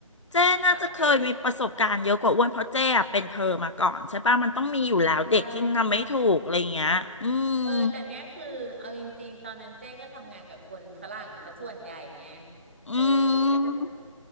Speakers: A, on the left; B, on the right.
A: เจ้น่าจะเคยมีประสบการณ์เยอะกว่าอ้วนเพราะเจ้อะเป็นเพอมาก่อนใช่ปะมันต้องมีอยู่แล้วเด็กที่มันทำไม่ถูกอะไรอย่างเงี้ยอืม
B: แบบไปใช่ใช่เออแต่เนี้ยคือเอาจริงๆตอนนั้นเจ๊ก็ทำงานกับคนฝรั่งซะส่วนใหญ่ไง
A: อื
B: เออก็จะ
A: ม